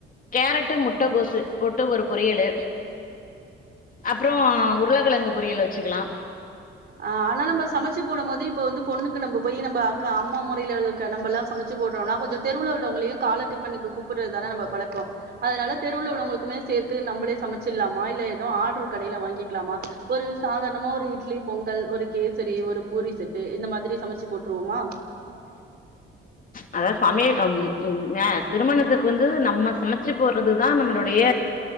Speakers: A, on the left (about 45°); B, on the right (about 55°).
A: கேரட்டு முட்டை கோசு போட்டு ஒரு பொரியலு அப்ற உருளைக்கிழங்கு பொரியலு வச்சுக்கலா
B: ஆ ஆனா நம்ம சமைச்சு போடும் போது ப் இப்ப வந்து பொண்ணுக்கு நம்ப போய் நம்ப அக்கா அம்மா முறையல நம்பல்லாம் சமைச்சு போடுறோம்னா கொஞ்சம் தெருவுள்ள உள்ளவங்களையு கால டிபனுக்கு கூப்டறது தானே நம்ப பழக்கம் அதனால தெருவுள்ள உள்ளவங்களுக்குமே சேர்த்து நம்பளே சமைச்சில்லாமா இல்ல ஏதும் ஆர்டரு கடையில வாங்கிக்கலாமா ஒரு சாதாரணமா ஒரு இட்லி பொங்கல் ஒரு கேசரி ஒரு பூரி செட்டு இந்த மாதிரி சமைச்சு போட்டுருவோமா
A: அதாவது சமைய ம் ம் எ திருமணத்துக்கு வந்து நம்ம சமைச்சு போடுறதுதா நம்மளுடைய